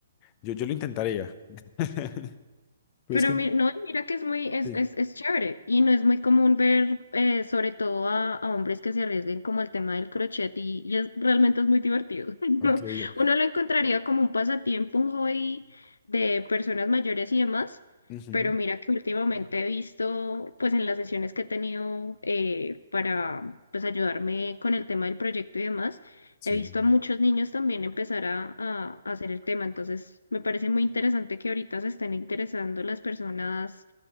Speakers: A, on the left; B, on the left.
A: Yo, yo lo intentaría. <laughs> Pues
B: Pero
A: que...
B: mi- no, y mira que es muy, es,
A: Sí.
B: es, es chévere y no es muy común ver eh, sobre todo a, a hombres que se arriesguen como el tema del crochet y, y es, realmente es muy divertido. <laughs>
A: Ok.
B: ¿no?
A: ya.
B: Uno lo encontraría como un pasatiempo, un hobby de personas mayores y demás,
A: Ujú,
B: pero mira que últimamente he visto pues en las sesiones que he tenido eh, para pues ayudarme con el tema del proyecto y demás.
A: Sí.
B: He visto a muchos niños también empezar a, a hacer el tema, entonces me parece muy interesante que ahorita se estén interesando las personas